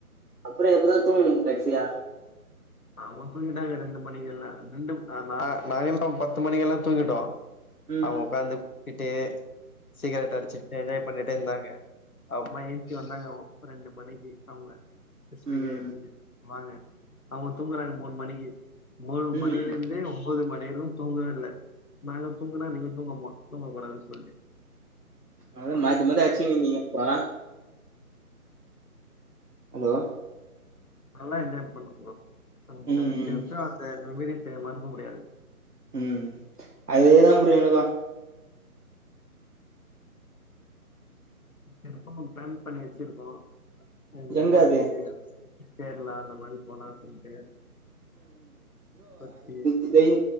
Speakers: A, on the right; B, on the left.
A: அப்றோ எப்பதா தூங்குனீங்க கடைசியா
B: அவுங்க தூங்கிட்டாங்க ரெண்டு மணிக்கல்லா ரெண்டு நா நாங்க எல்லா பத்து மணிக்கெல்லா தூங்கிட்டோ
A: ம்
B: அவுங்க உக்காந்து குடிச்சிட்டு சிகரெட் அடிச்சுட்டு என்ஜாய் பண்ணிட்டு இருந்தாங்க அப்புறமா எஞ்ச்சி வந்தாங்க அப்ப ரெண்டு மணிக்கு அவுங்க ஸ்பீக்கர்
A: ம்
B: எத்துன்னு வாங்க அவுங்க தூங்குறாங்க மூணு மணிக்கு மூணு
A: ம்
B: மணியிலந்து ஒம்பது மணி வரையிலு தூங்கவே இல்ல நாங்க தூங்குனா நீங்க தூங்க மா தூங்கக்கூடாதுன்னு சொல்ட்டு
A: அதா மாத்தி மாத்தி அச்சின்னுந்தீங்க அப்போ ஹலோ
B: நல்லா என்ஜாய் பண்ணோம் ப்ரோ அந்த
A: ம்
B: <unintelligible> மறக்க முடியாது
A: ம் அதே தான் ப்ரோ எனக்கு
B: திருப்வு பிளேன் பண்ணி வச்சிருக்கோ இந்த
A: எங்க
B: மாரி
A: அது
B: கேரளா அந்த மாரி போல சொல்ட்டு பத்தி
A: இதேங்